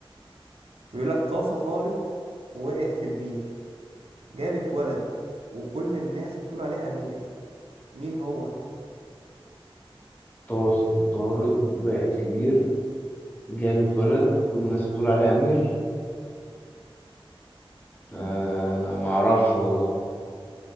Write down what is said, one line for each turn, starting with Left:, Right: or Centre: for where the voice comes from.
Right: بيقول لك طاسة طارت ووقعت في البير جابت ولد وكل الناس بتقول عليه أمير مين هو؟
Left: تواصل طارت وقعت في بير جابت ولد كل الناس بتقول عليه أمير آه، انا ما اعرفش والله